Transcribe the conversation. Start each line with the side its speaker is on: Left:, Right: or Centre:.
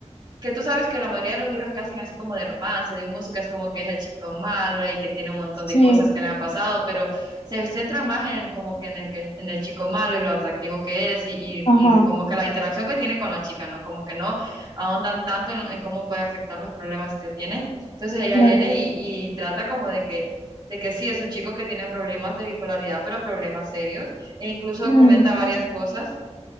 Right: que tú sabes que la mayoría de los libros que hacen así como de romance, de música, es como que es el chico malo y que tiene un montón
Left: sí,
Right: de cosas que le han pasado, pero se centran más en como que en el, que, en el chico malo y lo atractivo que es y, y,
Left: ajá,
Right: y como que la interacción que tiene con la chica, ¿no? Como que no ahondan tanto en, en cómo puede afectar los problemas que tiene. Entonces ella
Left: claro.
Right: viene y, y trata como de que de que sí, es un chico que tiene problemas de bipolaridad, pero problemas serios, e incluso
Left: Mm,
Right: comenta varias cosas